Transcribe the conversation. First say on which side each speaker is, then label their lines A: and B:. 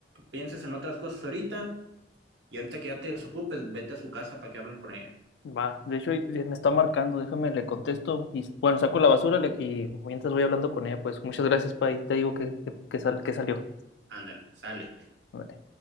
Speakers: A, on the right; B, on the left.
A: pienses en otras cosas ahorita. Y ahorita que ya te desocupes, vete a su casa para que hablen con ella.
B: va, de hecho ahí me está marcando, déjame, le contesto, y bueno, saco la basura le- y mientras voy hablando con ella, pues muchas gracias, Pai, te digo que, que, que sal- que salió.
A: Ándale, sale.
B: Ándale.